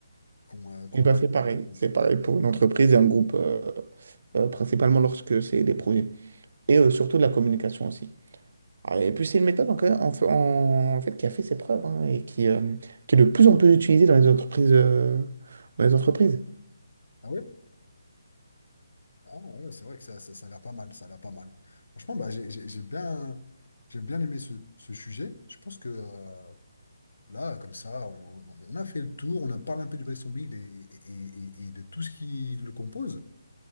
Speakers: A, on the left; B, on the right.
A: qu'on euh, qu'on
B: Et ben,
A: lâche
B: c'est
A: son
B: pareil.
A: équipe comme
B: C'est
A: ça.
B: pareil pour une entreprise et un groupe, euh, euh, principalement lorsque c'est des projets. et euh, surtout de la communication aussi. Ah, Et puis c'est une méthode en, en fait en fait, qui a fait ses preuves hein, et qui, euh, qui est de plus en plus utilisée dans les entreprises. euh, dans les entreprises.
A: Ah oui Ah ouais, c'est vrai que ça, ça, ça a l'air pas mal, ça a l'air pas mal. Franchement, bah, j'ai j'ai- j'ai bien, j'ai bien aimé ce, ce sujet. Je pense que euh, là, comme ça, on, on a fait le tour, on a parlé un peu du bristol et, et, et, et de tout ce qui le compose.